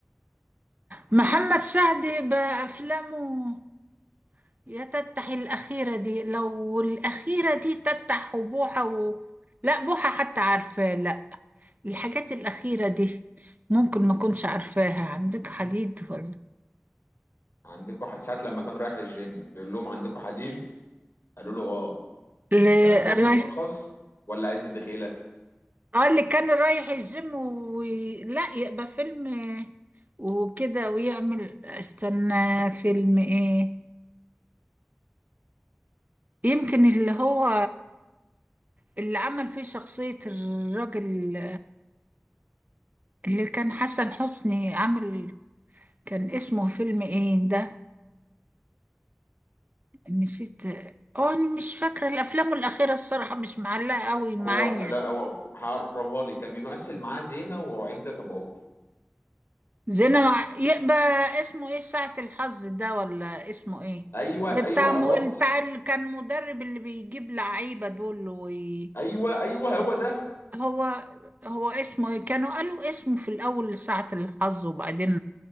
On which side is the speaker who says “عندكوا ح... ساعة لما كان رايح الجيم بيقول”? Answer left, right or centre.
Left